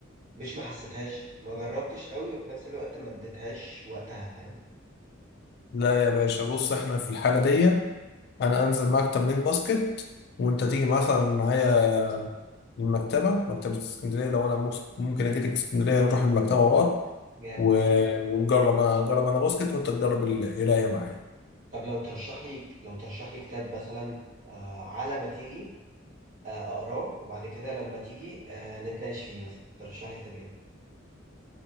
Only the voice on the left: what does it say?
لا يا باشا بص احنا في الحاله دي انا انزل معاك تمرين باسكت وانت تيجي مثلا معايا المكتبة مكتبة اسكندرية لو أنا ممكن ممكن أجيلك اسكندرية نروح المكتبة مع بعض
و- ونجرب أنا أجرب أنا باسكت وأنت تجرب القراية معايا.